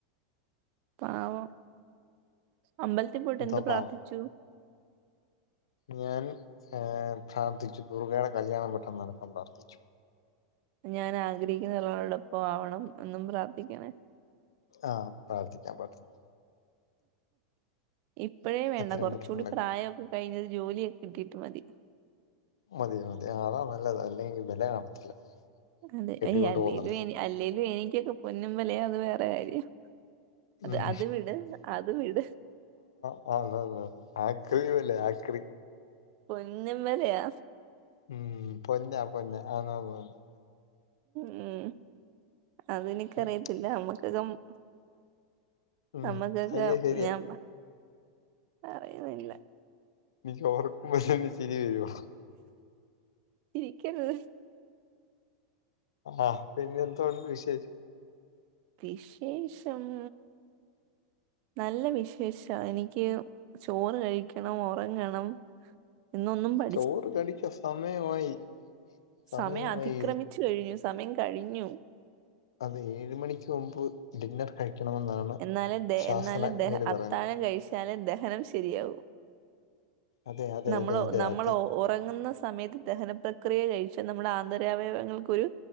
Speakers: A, on the right (about 55°); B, on the left (about 85°).
A: പാവം അമ്പലത്തിൽ പോയിട്ട്
B: എന്താ
A: എന്ത്
B: പാവം
A: പ്രാർത്ഥിച്ചു-
B: ഞാൻ ങ് പ്രാർത്ഥിച്ചു ദുർഗയുടെ കല്യാണം പെട്ടന്ന് നടക്കാൻ പ്രാർത്ഥിച്ചു-
A: ഞാനാഗ്രഹിക്കുന്ന ഒരാളോടൊപ്പം ആവണം എന്നും പ്രാർത്ഥിക്കണേ-
B: ആഹ് പ്രാർത്ഥിക്കാം പ്രാർത്ഥിക്
A: ഇപ്പഴേ വേണ്ട
B: എത്രയും
A: കൊറച്ചൂടി
B: പെട്ടെന്നുണ്ടാക്കാം
A: പ്രായോക്കെ കഴിഞ്ഞ് ഒരു ജോലിയൊ കിട്ടിട്ട് മതി-
B: മതി മതി ആ അതാ നല്ലത് അല്ലെങ്കി വെല കാണത്തില്ല-
A: അതെ
B: കെട്ടിക്കൊണ്ട്
A: ഏ അല്ലേലും
B: പോകുന്നിടത്ത്
A: എനി അല്ലേലും എനിക്കൊക്ക പൊന്നുംവെലെയാ അത് വേറെ കാര്യം- അത്
B: ഉം.
A: അത് വിട് അത് വിട്-
B: ആഹ് അതെതേ ആക്രി വെലയാ ആക്രി-
A: പൊന്നും വെലയാ-
B: മ് പൊന്നാ പൊന്നാ ആന്നാന്നാന്ന്-
A: മ് അതെനിക്കറിയത്തില്ല
B: ഉം
A: അമ്മ്ക്കകം-
B: ഉം,
A: നമ്മക്കൊക്ക
B: ശരിയാ ശരിയാ
A: ഞാൻ പ പറയുന്നില്ല-
B: എനിക്ക് ഓർക്കുമ്പോ തന്നെ ചിരി വരുവാ-
A: ചിരിക്കരുത്-
B: ആ പിന്നെന്തോണ്ട് വിശേഷ്
A: വിശേഷം- നല്ല വിശേഷാ എനിക്ക് ചോറ് കഴിക്കണം ഒറങ്ങണം- ഇന്നൊന്നും പ
B: ചോറ് കഴിക്ക് സമയമായി സമയമായി
A: സമയം അതിക്രമിച്ചു കഴിഞ്ഞു സമയം കഴിഞ്ഞു
B: അതേ ഏഴ് മണിക്ക് മുമ്പ് ഡിന്നർ കഴിക്കണമെന്നാണ്.
A: എന്നാലും ദെ
B: ശാസ്ത്രജ്ഞര്
A: എന്നാലും ദഹ അത്താഴം
B: പറയുന്നത്
A: കഴിച്ചാലേ ദഹനം ശരിയാവൂ.
B: അതെ അതെ
A: നമ്മളോ
B: അതെ അതെ
A: നമ്മളോ
B: അതെ
A: ഒറങ്ങുന്ന സമയത്ത് ദഹനപ്രക്രിയ കഴിച്ച് നമ്മടെ ആന്തരാവയവങ്ങൾക്കൊരു